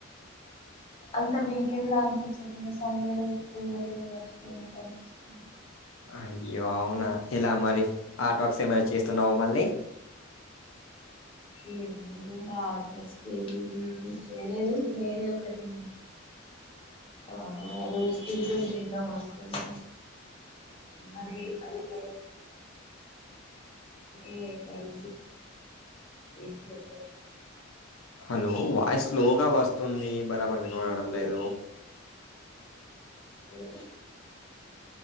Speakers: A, on the left; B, on the left.
A: అంత వీకెండ్ లోలా అనిపించట్లేదు సండే రోజు తొందరగా గడిచిపోయినట్టు అనిపిస్తుంది.
B: అయ్యో అవునా ఇలా మరి ఆట్ వర్క్స్ ఏమైనా చేస్తున్నావా మళ్ళీ
A: లేం ఆటీఆ స్కీమ్ చేయలేదు వేరే ఒకటి ఆ రోస్ పీసెస్ తిందామనుకుంటే అని అదట్లా ఏ అవి <inaudible>
B: హలో వాయిస్ లోగా వస్తుంది బరాబరి వినవడడం లేదు
A: అలో